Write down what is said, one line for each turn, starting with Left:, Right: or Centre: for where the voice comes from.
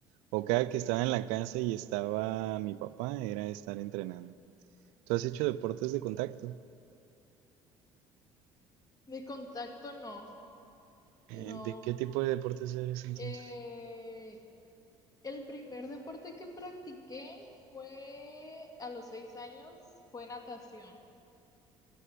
Right: O cada
Left: Ok.
Right: que estaba en la casa y estaba mi papá, era estar entrenando. ¿Tú has hecho deportes de contacto?
Left: De contacto no.
Right: Eh,
Left: No,
Right: ¿de qué tipo de deportes eres entonces?
Left: eh, el primer deporte que practiqué fue a los seis años, fue natación,